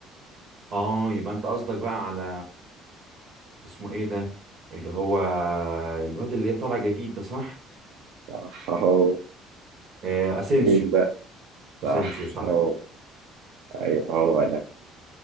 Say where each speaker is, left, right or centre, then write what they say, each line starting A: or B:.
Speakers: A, on the right (about 45°); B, on the right (about 75°).
A: اه يبقى انت قصدك بقى على اسمه ايه ده اللي هو الواد اللي طالع جديد ده صح
B: صح اهو
A: آه اسينسيو
B: مين بقى صح
A: اسينسيو صح
B: اهو ايوه هو ده